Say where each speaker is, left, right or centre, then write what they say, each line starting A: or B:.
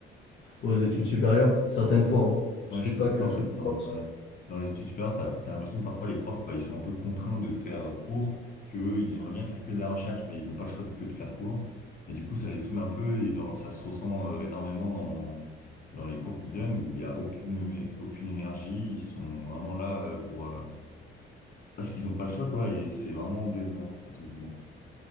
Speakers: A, on the left; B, on the left.
A: aux études supérieures, certaines fois. hein. Je
B: Ouais,
A: dis
B: je suis
A: pas
B: d'accord.
A: que tous
B: En fait,
A: les
B: t'en-
A: profs
B: t'en- dans les études supérieures, t'as, t'as l'impression que parfois les profs, bah, ils sont un peu contraints de faire euh, cours, qu'eux, ils aimeraient bien faire que de la recherche, mais ils n'ont pas le choix de- que de faire cours. Et du coup, ça les saoule un peu et dans- ça se ressent euh, énormément dans, dans les cours qu'ils donnent où il n'y a aucune, aucune énergie. Ils sont vraiment là euh, pour, euh, parce qu'ils n'ont pas le choix, quoi, et c'est vraiment décevant, entre guillemets.